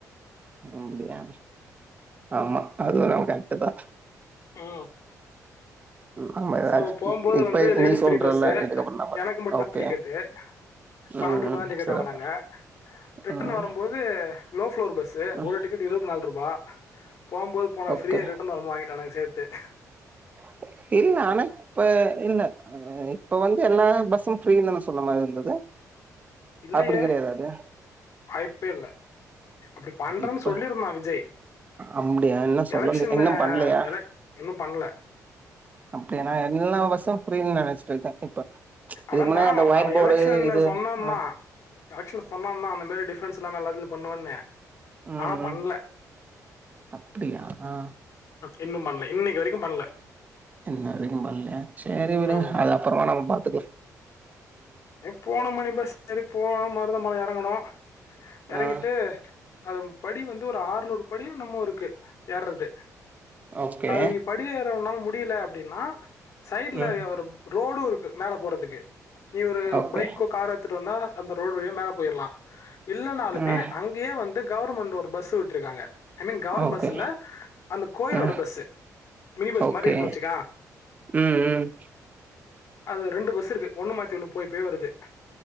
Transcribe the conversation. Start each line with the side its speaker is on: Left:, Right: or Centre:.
Right: அப்டியா ஆமா அது ந கரட்டுதா
Left: ஆ
Right: நம்ம ஏதாச்சு
Left: சோ போகும்போது
Right: இப்ப
Left: வந்து லேடிஸ்
Right: நீ சொல்றல்ல
Left: ஃப்ரீ பஸ்ஸு
Right: இதுக்கப்புறோ நா பாத்து
Left: எனக்கு மட்டுந்தா
Right: ஓகே
Left: டிக்கெட்டு பன்னெண்டு
Right: ம்
Left: ரூபா
Right: ம்
Left: தா டிக்கெட்
Right: சிறப்பு
Left: வாங்கனாங்க ரிட்டன்
Right: ம்
Left: வரும்போது ப்ளோர் பஸ்ஸு
Right: ம்
Left: ஒரு டிக்கெட் இருபத்நாலு ரூபா போம்போது போன
Right: ஓகே
Left: ஃபிரியா ரிட்டர்ன் வரும்போது வாங்கிடானங்க சேத்து த்து
Right: <unintelligible> இல்ல ஆனா இப்ப இல்ல ஆ இப்ப வந்து எல்லா பஸ்ஸும் ஃப்ரீனு தா சொன்ன மாரி இருந்தது
Left: இல்லையே
Right: அப்டி கெடையது அது
Left: வாய்ப்பே இல்லை அப்படி பண்றேன்னு
Right: இப்ப
Left: சொல்லியிருந்தான் விஜய்
Right: அப்டியா இன்னு சொல்லல
Left: எலெக்ஷன்
Right: இன்னு பண்ணலையா
Left: எலெக் இன்னும் பண்ணல
Right: அப்டியானா எல்லா பசு ஃப்ரீனு நெனச்சிட்ருக்க இப்ப இதுக்கு
Left: அதான்டா
Right: முன்னே இந்த ஒயிட்
Left: அவன்
Right: போர்டு
Left: எலெக்ஷன்ல
Right: இது
Left: சொன்னான்
Right: அ
Left: தான் எலெக்ஷன்ல சொன்னா தா அந்த மேரி டிஃப்ரன்ஸ்ல்லா எல்லாத்துலயு பண்ணுவன்னு ஆ ஆனா
Right: ம்
Left: பண்ல
Right: ம் அப்டியா அ
Left: இன்னும் பண்ணல இன்னைக்கு வரைக்கும் பண்ணல
Right: எல்லாரிக்கு பண்ல சேரி விடுங்
Left: ம்.
Right: அது அப்றமா நம்ம பாத்துக்லா
Left: ஏ போன மணி பஸ் சேரி போலாம் மருதமல யா றங்கணு எறங்கிட்டு
Right: ஆ
Left: அதம் படி வந்து ஒரு ஆர்நூறு படியு என்னமோருக்கு ஏர்றது
Right: ஓகே
Left: அதுகு படி ஏறவேன்னால் முட் முடில அப்டின்னா சைட்லயு
Right: ம்
Left: ஒரு ரோடுருக்கு மேல போறதுக்கு நீ ஒரு
Right: ஓகே
Left: பைக்கோ காரோ எத்துட்டு வந்தா அந்த ரோடு வழியா மேல போயிர்லா இல்லனாலுமே
Right: ஆ
Left: அங்யே வந்து கவர்மெண்டு ஒரு பஸ்சு வுட்ருகாங்க I mean government
Right: okay
Left: bus இல்ல அந்த கோயிலோட
Right: ஆ
Left: பஸ்சு மினி பஸ்
Right: ஓகே
Left: மாரி இருக்ணு வச்சுக்க
Right: ம் ம்
Left: அது ரெண்டு பஸ்சு இருக்கு ஒண்ணு மாத் திணு போய் போய் வருது